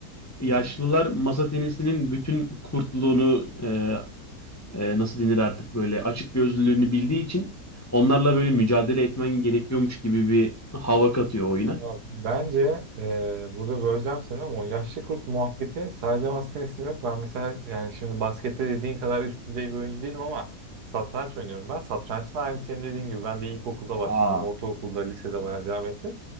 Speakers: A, on the left; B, on the right.
A: Yaşlılar
B: Hmm.
A: masa tenisinin bütün kurtluğunu e, e, nasıl denir artık böyle açık gözlülüğünü bildiği için onlarla böyle mücadele etmen gerekiyormuş gibi bir hava katıyor oyuna.
B: Ya bence e, burada böleceğim seni ama o yaşlı kurt muhabbeti sadece masa tenisinde yok. Ben mesela yani şimdi baskette dediğin kadar üst düzey bir oyuncu değilim ama satranç oynuyorum ben. Satrançta aynı senin dediğin gibi ben de ilkokulda başladım,
A: Aa.
B: ortaokulda, lisede bayağı devam ettim.